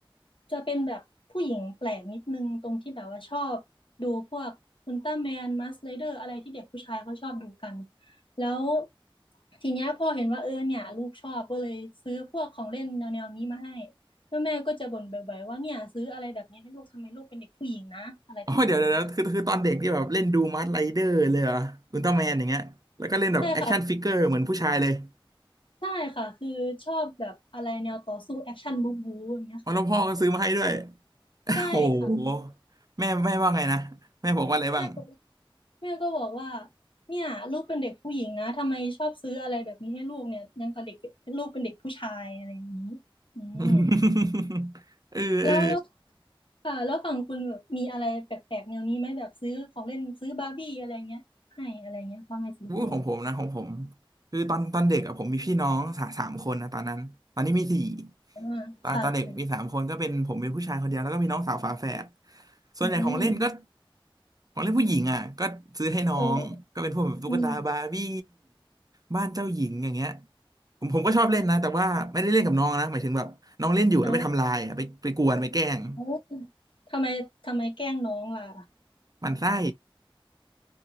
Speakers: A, on the left (about 65°); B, on the right (about 40°).
A: จะเป็นแบบผู้หญิงแปลกนิดนึงตรงที่แบบว่าชอบดูพวกอุลตร้าแมนมัสไรเดอร์อะไรที่เด็กผู้ชายเขาชอบดูกันแล้วทีเนี้ยพ่อเห็นว่าเออเนี่ยลูกชอบก็เลยซื้อพวกของเล่นแนวแนวนี้มาให้แล้วแม่ก็จะบ่นบ่อยๆว่าเนี่ยซื้ออะไรแบบนี้ให้ลูกทำไมลูกเป็นเด็กผู้หญิงนะอะไรทำนองนี้ค่ะ
B: อ๋อเดี๋ยวเดี๋ยวเดี๋ยวคือคือตอนเด็กที่แบบเล่นดูมาร์ไรเดอร์เลยเหรออุลตร้าแมนอย่างเงี้ยแล้วก็เล่นแบบแอคชั่นฟิกเกอร์เหมือนผู้ชายเลย
A: ใช่ค่ะ ใช่ค่ะคือชอบแบบอะไรแนวต่อสู้แอคชั่นบู๊บู๊อย่างเงี้ยค่ะ
B: อ๋อแล้วพ่อก็ซื้อมาให้ด้วย
A: ใช่ค่ะ
B: โอ้โหแม่แม่ว่าไงนะแม่บอกว่าอะไรบ้าง
A: แม่แม่ก็บอกว่าเนี่ยลูกเป็นเด็กผู้หญิงนะทำไมชอบซื้ออะไรแบบนี้ให้ลูกเนี่ยยังกับเด็กเป็นลูกเป็นเด็กผู้ชายอะไรอย่างนี้อืม
B: <laughs> เออเออ
A: แล้วแล้วค่ะแล้วฝั่งคุณแบบมีอะไรแปลกๆแนวนี้ไหมแบบซื้อของเล่นซื้อบาร์บี้อะไรเงี้ยให้อะไรเงี้ยพ่อแม่ซื้อให้
B: วู้ของผมนะของผมคือตอนตอนเด็กอะผมมีพี่น้องสาสามคนนะตอนนั้นตอนนี้มีสี่
A: อ่า
B: ตอนตอนเด็กมีสามคนก็เป็นผมเป็นผู้ชายคนเดียวแล้วก็มีน้องสาวฝาแฝด
A: ค่ะค่ะ
B: ส่วนใหญ่ของเล่นก็
A: อืม
B: ของเล่นผู้หญิงอ่ะก็ซื้อให้น้องก็เป็นพวกแบบตุ๊กตาบาร์บี้
A: โอ้อืม
B: บ้านเจ้าหญิงอย่างเงี้ยผมผมก็ชอบเล่นนะแต่ว่าไม่ได้เล่นกับน้องนะหมายถึงแบบน้องเล่นอยู่แล้วไปทำลายอะไปไปกวนไปแกล้ง
A: อ้าวทำไมทำไมแกล้งน้องล่ะ
B: หมันไส้